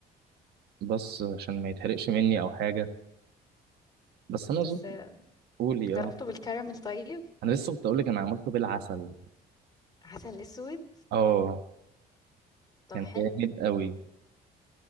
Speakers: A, on the right; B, on the left.
A: بس عشان ما يتحرقش مني أو حاجة بس أنا أظن
B: بس آه،
A: قولي
B: جربته
A: أه
B: بالكراميل طيب
A: أنا لسه كنت أقولك أنا عملته بالعسل
B: عسل اسود
A: أه
B: طب
A: كان
B: حلو
A: جامد أوي